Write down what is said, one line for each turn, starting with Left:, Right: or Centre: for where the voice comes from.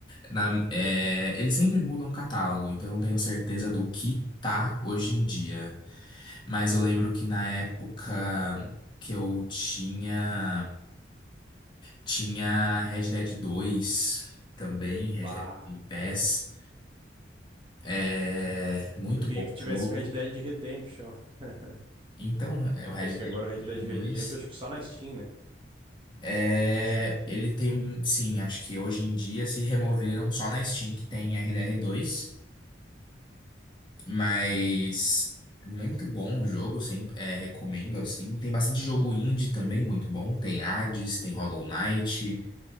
Left: Na- é, eles sempre mudam o catálogo, então eu não tenho certeza do que tá hoje em dia. Mas eu lembro que na época que eu tinha. Tinha Red Dead 2 também,
Right: Bah,
Left: Red Dead Game Pass. É, muito
Right: eu queria
Left: bom
Right: que tivesse
Left: jogo.
Right: o Red Dead Redemption. <laughs>
Left: Então, é o Red
Right: É que
Left: Dead
Right: agora
Left: Redemption
Right: o Red Dead Redemption,
Left: 2.
Right: acho que só na Steam, né?
Left: É, ele tem, um- sim, acho que hoje em dia se removeram só na Steam que tem RDR2. Mas muito bom o jogo, sempre é, recomendo assim. Tem bastante jogo indie também, muito bom. Tem Hades, tem Hollow Knight.